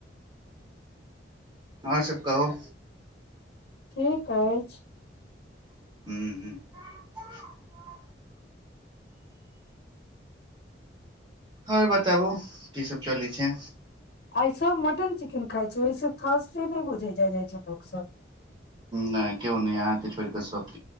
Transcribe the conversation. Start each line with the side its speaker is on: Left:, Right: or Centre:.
Right: आओर सबब कहहो
Left: ठीक अछि
Right: ह्म ह आर बताबू की सब चलै छै
Left: आइ सब मटन चिकेन खाइ छै ओहिसँ फास्टे नहि बुझै जा जाइत छै लोक सब
Right: नहि केओ नहि अहाँके छोड़ कऽ सब